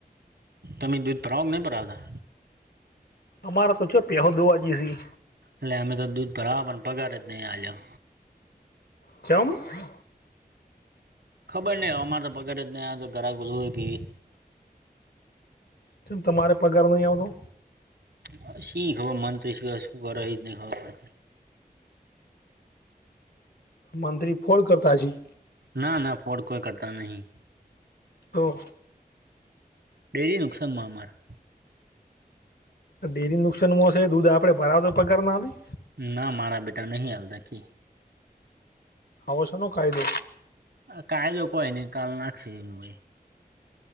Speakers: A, on the right; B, on the left.
A: તમે દૂધ ભરાવ કે નહીં ભરાવતા.
B: અમારે તો ચો પેહો દોવા જેસી.
A: એલે અમે તો દૂધ ભરાવ પણ પગાર જ નહી આલયો
B: ચમ.
A: ખબર નઈ અમારે તો પગાર જ નહીં આલયો તો ગાહકો બધો હોય ભી.
B: શું તમારે પગાર નહીં આવતો.
A: હ શી ખબર મનથે શું શું કરહી ઇ ખબર નહીં પડતી.
B: મંત્રી ફોડ કરતા જી.
A: ના ના ફોડ કોઈ કરતા નહીં.
B: તો.
A: ડેરી નુકસાન મા અમારે.
B: ડેરી નુકસાનમાં શે એ દૂધ આપણે ભરાવે તો પગાર ના હાલી.
A: ના મારા બેટા નહી હાલતા કે.
B: આવો સેનો કાયદો.
A: કાયદો તો કોઈ ની કાલ નાખશે ઈ ભાઈ.